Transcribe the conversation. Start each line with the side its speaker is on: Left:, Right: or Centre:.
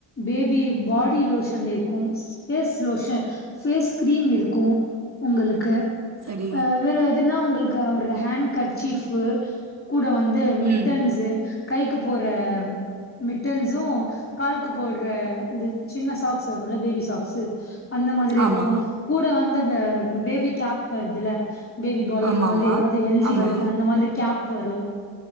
Left: பேபி பாடி லோஷன் இருக்கும் ஃபேஸ் லோஷன், ஃபேஸ் கிரீம் இருக்கு உங்களுக்கு
Right: சரி
Left: வேற எதுன்னா உங்களுக்கு ஒரு ஹேண்ட கற்சீப்பே கூட வந்து மிட்டன்ஸ்சு
Right: ம்
Left: கைக்கு போற மிட்டன்சு கால்கு போட்ற இந்த சின்ன சாக்ஸ் வரும்ல பேபி சாக்ஸ்சு அந்த மாதிரி
Right: ஆமா
Left: இருக்கும் கூட வந்து அந்த பேபி கேப் வருதுல பேபி பாய்
Right: ஆமாமா ஆமா
Left: அந்த மாதிரி ஏதாவது எழ்தி
Right: ஆமா
Left: வருதுல அந்த மாதிரி கேப் வரும்